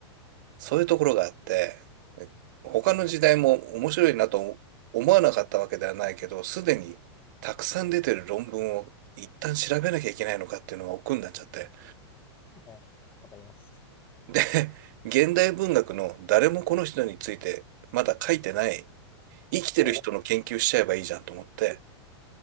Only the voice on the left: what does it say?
はい。
はい、わかります。
おう。